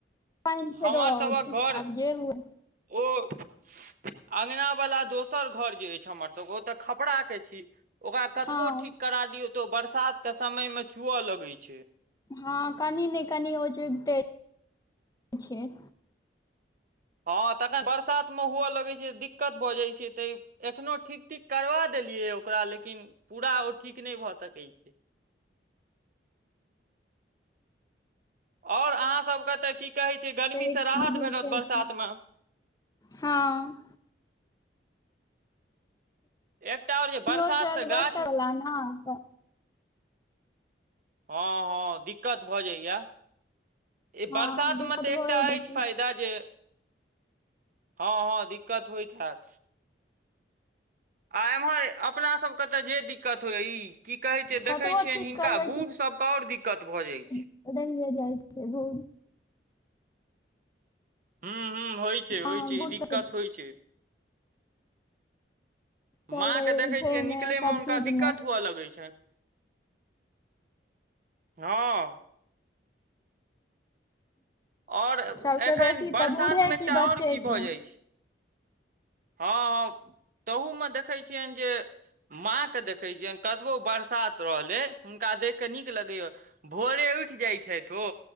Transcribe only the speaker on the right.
हमर
सभक घर
ओ <unintelligible> अंगना वला दोसर घर जे अछि हमरा सबके ओत खपराके छी। ओकरा कतबो
ठीक करा दियौ त ओ बरसातके समय मे चुअ लगै छै।
हँ तखन बरसात मे हुअ लगै छै दिकत भ जाइ छै तैं एखनो ठीक ठीक करबा देलियै ओकरा लेकिन पूरा ओ ठीक नहि भ सकै छै। आओर अहाँसबके त की कहै छै गरमीसँ
राहत भेटत बरसात
मे
एकटा और जे बरसातसँ
गाछ
हँ हँ दिक्कत भ जाइये, ई
बरसातमे
त
एकटा
अछि
फायदा दा जे हँ हँ दिक्कत होइत हयत। आ एमहर अपना सब के ते जे दिक्क कत होई, की कहे छै देखे
छियनि
हिनका
बूढ़ सब के और दिकत भ जाइ छै।
हुं हुं होइ छै
होइ छै
ई दिकत
होइ छै।
माँकेँ देखै
छियै
निकलयमे
हुनका
दिकत
हुअ लगै छनि। हँ। आओर
एखन
बरसात
मे एकटा
आओर की
भ जाइ छै हँ हँ तहूमे देखैत छियनि जे माँ के देखैत छियनि कतबो बरसात रहलै हुनका देख क नीक लगैए। भोरे उठि जाइ छैथ ओ